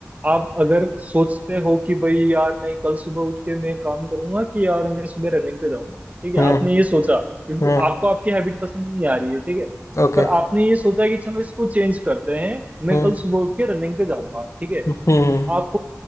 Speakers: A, on the right; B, on the left.
A: आप अगर सोचते हो कि भाई यार नहीं कल सुबह उठ के मैं काम करूंगा कि यार मैं सुबह रनिंग पे जाऊंगा ठीक है
B: हम्म
A: आपने ये सोचा क्योंकि
B: हम्म
A: आपको आपकी हैबिट पसंद नहीं आ रही है ठीक है
B: ओके
A: पर आपने ये सोचा कि चलो इसको चेंज करते हैं मैं
B: हम्म
A: कल सुबह उठ के रनिंग पे जाऊंगा ठीक है
B: हम्म
A: आप